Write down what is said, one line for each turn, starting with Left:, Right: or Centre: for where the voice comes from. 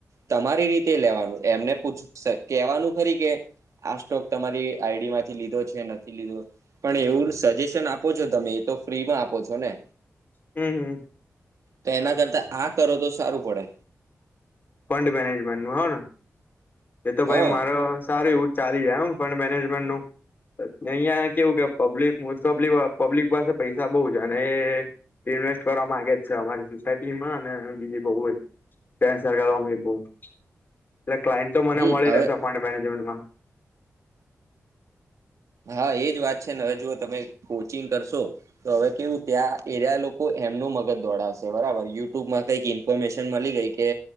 Right: તમારી રીતે લેવાનું એમને પૂછું કેવાનું ખરી કે આ સ્ટોક તમારી આઈડી માંથી લીધો છે નથી લીધો પણ એવું સજેશન આપો છો તમે તો તમે એ તો ફ્રીમાં આપો છો ને
Left: હુમ્મ, હુમ્મ,
Right: તેના કરતા આ કરો તો સારું પડે.
Left: ફંડ મેનેજમેન્ટનું હ ને? એ તો ભાઈ
Right: હા
Left: મારે અવે સારું એવું ચાલી જાય એમ ફંડ મેનેજમેન્ટનું. અ અઈયાં કેવું કે પબ્લિક મોસ્ટ ઓફલી વા પબ્લિક પાસે પૈસા બોઉ ઓછા અને એ ઇન્વેસ્ટ કરવા માંગે જ છે અમારી સોસાયટીમાં અને બીજી બોઉ હોય. કેન્સલ કરવામાથી બોઉ, એટલે ક્લાઈન્ટ તો મને
Right: હમ
Left: મળી
Right: હવે
Left: રેશે ફંડ મેનેજમેન્ટમાં.
Right: હા, એજ વાત છે ને? અવે જુઓ, તમે કોચિંગ કરશો? તો અવે કેવું ત્યાં એયરા લોકો એમનું મગજ દોડાવશે બરાબર યુટ્યુબમાં કંઈક ઈન ફોર્મેશન મલી ગેઈ કે,